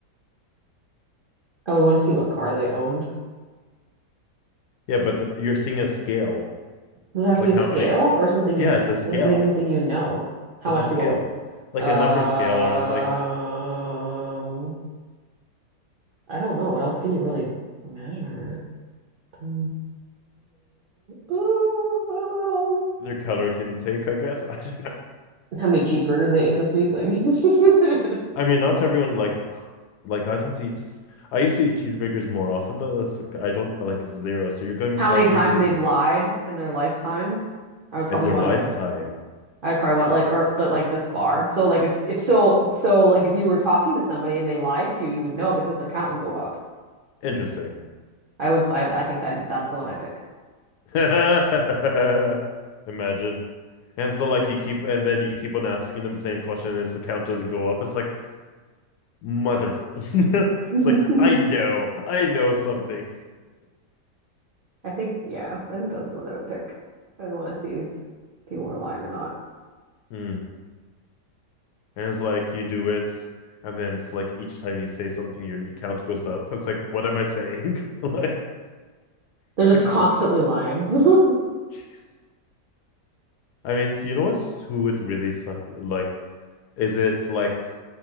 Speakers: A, on the right; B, on the left.
A: I would want to see what car they owned.
B: Yeah, but the, you're seeing a scale.
A: Does it have
B: It's
A: to
B: like
A: be a
B: how
A: scale
B: many?
A: or something you
B: Yeah,
A: just,
B: it's a scale.
A: does it have to be something you know? How
B: It's
A: much
B: a
A: people?
B: scale, like
A: Um,
B: a number scale, or it's like
A: I don't know. What else can you really measure? Uh, uh, I don't know.
B: their color can take. I guess <laughs> I don't know.
A: How many cheeseburgers they ate this week? Like, <laughs>
B: I mean, not everyone like, ugh, like I don't eat. s- I used to eat cheeseburgers more often, but that's, like, I don't like it's zero. So you're going
A: how
B: probably
A: many times
B: see
A: they've
B: it
A: lied in their lifetime? I would probably
B: in their
A: want
B: lifetime.
A: to know. I'd probably want like, or but like this far. So like, if if so, so like if you were talking to somebody and they lied to you, you would know because their count would go up.
B: Interesting.
A: I would, I, I think that that's the one I'd pick.
B: <laughs> Imagine. And so like you keep and then you keep on asking them the same question and it's the count doesn't go up. It's like mother <laughs> it's
A: <laughs> I
B: like I know, I know something.
A: think, yeah, I think that's the one I would pick. I'd want to see if people were lying or not.
B: Mm. And it's like you do it and then it's like each time you say something your count goes up. It's like what am I saying? <laughs> Like
A: <laughs> They're
B: it's
A: just
B: like
A: constantly lying. <laughs>
B: jeez. I mean it's, you know what? who would really suck like is it like